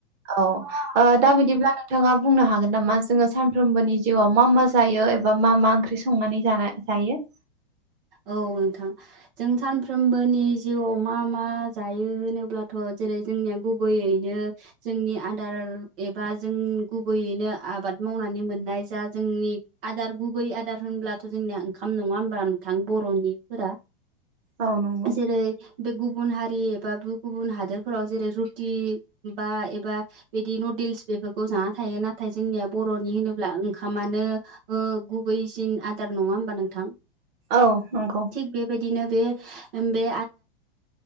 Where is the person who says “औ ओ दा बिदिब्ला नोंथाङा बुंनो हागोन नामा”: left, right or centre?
Right